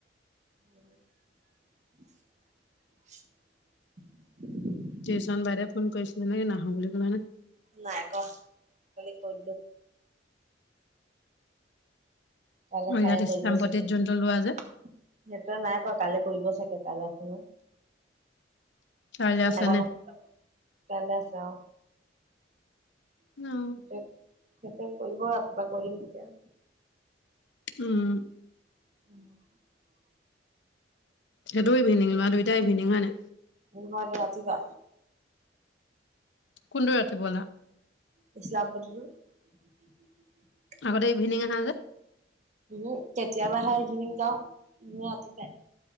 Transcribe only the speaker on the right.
<inaudible>
নাই ক খালি <unintelligible> কাইলৈ
ছাৰে
কৰিব চাগে। সেইটোে
নাই কৰা কাইলে কৰিব চাগে কাল আছিল নহয়।
<unintelligible>
কাইলৈ আছে অ'। <unintelligible>
সিঁহতে কৰিব, ৰাতিপোৱা কৰিম তেতিয়া।
<inaudible>
ঘৰত ৰাতি বা।
<unintelligible>
উ, কেতিয়াবাহে ইভিনিং যাওঁ, মই ৰাতিপুৱাই।